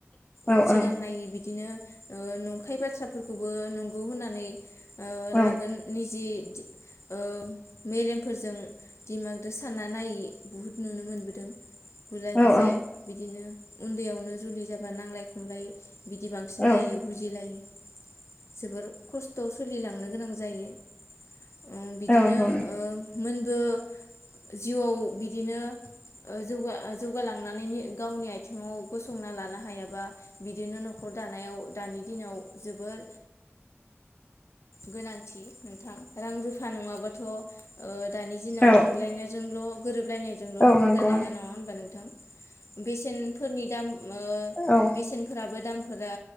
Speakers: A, on the left; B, on the left.
A: औ
B: उन सिगां
A: औ
B: नायै बिदि बिदिनो ओ नंखाय बाथ्राफोरखौबो नंगौ होननानै
A: औ
B: लागोन निजे दि ओ मेलेमफोरजों दिमागजों सानना नायै बुहुद नुनो मोनबोदों गुलाय गुजाय
A: औ
B: बिदिनो उन्दैयावनो जुलि जाबा नांलाय खमलाय बिदि बांसिन
A: औ
B: जायो बुजिलायो। जोबोर खस्थ' सोलिलांनो गोनां जायो। ओ बिदिनो
A: औ नंगौ नंगौ।
B: ओ मोनबो जिउआव बिदिनो जौगा जौगालांनानै गावनि आथिङाव गसंना लानो हायाबा बिदिनो न'खर दानायाव दानि दिनाव जोबोर गोनांथि नोंथां रां रुफा नङाबाथ' ओ दानि दिनाव
A: औ
B: अनलायनायजोंल' गोरोबलायनायजोंल'
A: औ
B: न'खर
A: नंगौ
B: दानो हाया नामा होनबा नोंथां बे <unintelligible> फेन फोरनि दाम ओम
A: नोंथां औ
B: बेसेनफोराबो दाम फोरा